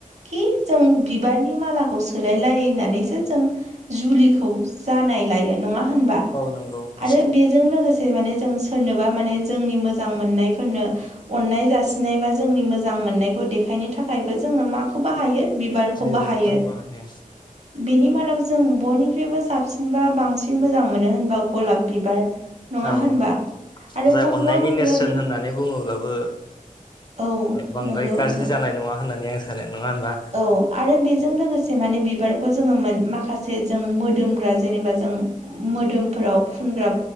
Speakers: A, on the right; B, on the left.
A: कि जों बिबारनि मालाखौ सोलाय लायनानैसो जों जुलिखौ जानाय लायो नङा होनबा
B: नंगौ नंगौ
A: आरो बेजों लोगोसे जेरै माने जों सोरनोबा माने जोंनि मोजां मोननायफोरनो अननाय जासिनाय बा जोंनि मोजां मोननायखौ देखायनो थाखायबो जोङो माखौ बाहायो बिबारखौ
B: बिबारखौनो
A: बाहायो
B: बाहायो
A: बेनि मादाव जों बयनिख्रुइबो साबसिनबा बांसिन मोजां मोनो होनबा गलाब बिबार नङा
B: औ
A: होनबा आरो
B: जाय
A: बबेबा
B: अननायनि
A: बबेबा
B: नेरसोन होननानै बुङोब्लाबो
A: औ
B: बांद्राय
A: नंगौ
B: गाज्रि
A: नंगौ
B: जानाय नङा होननानै आं सानो नङा होनबा
A: औ आरो बेजों लोगोसे एसे माने बिबारखौ जोङो मोन माखासे जों मोदोमग्रा जेनेबा जों मोदोमफोराव फुनग्रा